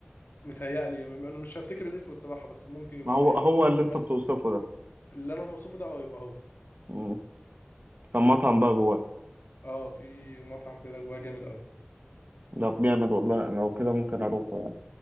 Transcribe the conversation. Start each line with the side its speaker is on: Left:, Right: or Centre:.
Left: متهيألي م- انا مش هفتكر الاسم الصراحه بس ممكن يبقى
Right: ما هو
Left: يعني
Right: هو اللي
Left: في الوصف
Right: أنت بتوصفه
Left: ده.
Right: ده
Left: اللي انا اوصفه ده اه يبقى هو
Right: مم. كان مطعم بقى جواه
Left: اه في مطعم كده جواه جامد قوي
Right: ده جامد والله لو كده ممكن أروحه يعني